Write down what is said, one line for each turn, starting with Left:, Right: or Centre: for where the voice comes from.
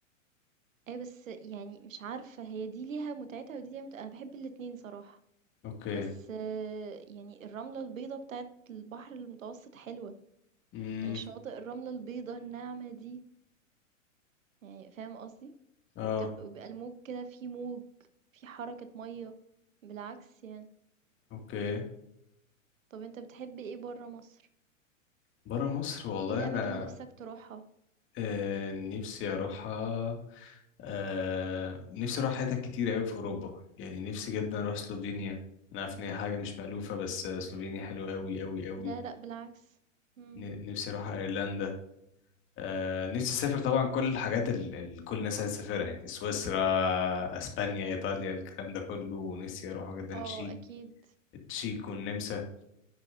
Right: أي بس يعني مش عارفة هي دي ليها متعتها ودي ليها متعتها أنا بحب الاتنين صراحة
Left: أوكي
Right: بس آه، يعني الرملة البيضة بتاعت البحر المتوسط حلوة
Left: امم
Right: يعني شواطئ الرملة البيضة الناعمة دي يعني فاهم قصدي
Left: اه
Right: وبتبقى وبيبقى الموج كده فيه موج فيه حركة مية بالعكس يعني
Left: أوكي
Right: طب أنت بتحب إيه برا مصر؟
Left: برا مصر والله
Right: إيه الأماكن
Left: أنا
Right: اللي نفسك تروحها؟
Left: آه نفسي أروحها آه نفسي أروح حتت كتير أوي في أوروبا يعني نفسي جدا أروح سلوفينيا أنا عارف إن هي حاجة مش مألوفة بس آه، سلوفينيا حلوة أوي أوي أوي
Right: ده لأ بالعكس مم.
Left: ن- نفسي أروح أيرلندا آه نفسي أسافر طبعا كل الحاجات اللي كل الناس عايزة تسافرها يعني سويسرا أسبانيا إيطاليا الكلام ده كله ونفسي أروح جدا
Right: اه
Left: تشيك
Right: أكيد
Left: التشيك والنمسا